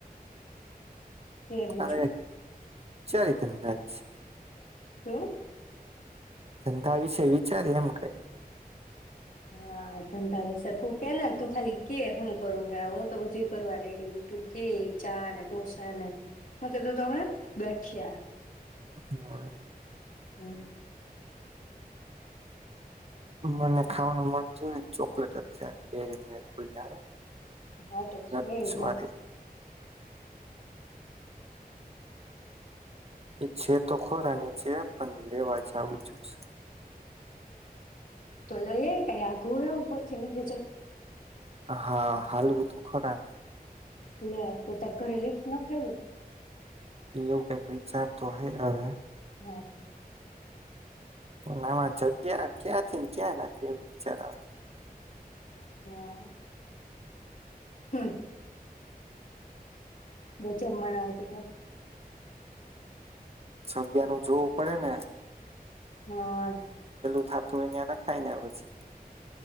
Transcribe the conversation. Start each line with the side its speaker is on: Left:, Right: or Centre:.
Left: કે બીજું
Right: અરે <unintelligible> ધન <unintelligible>
Left: શું?
Right: ધંધા વિશે વિચારીએ એમ કઈક.
Left: હા ધંધા વિશે તું કે તું ખાલી કે હું કરું હું તો બધું કરવા રેડી તું કે ચા ને ઢોસાને હું કીધું તમે ગાઠિયા.
Right: હમ્મ.
Left: હમ્મ.
Right: મને ખાવાનું મન જોયું ચોકલેટ જ થાય ડેરીમિલક ની આવે ને.
Left: હા તો ખાયે
Right: નટ્સ
Left: જા.
Right: વાળી એ છે તો ખોરાની છે પણ લેવા જાવું જોઈશે.
Left: તો લઈ કાઈ આઘું ઉપરથી કેજ.
Right: હા હાલવું તો ખરા ને.
Left: લે તો તારે ઘરે લી ને ન ખાય લે.
Right: એવ કઈક વિચાર તો હ હવે.
Left: વા.
Right: નવા જગ્યા ક્યાંથી ને ક્યાં નાખી એ વિચાર આ
Left: હા હમ્મ. બચબ મણ આવત
Right: સગ્યા ન જોવું પડે ને.
Left: હા.
Right: થાથુંં હોય ન્યાં નાખાય ને પછી.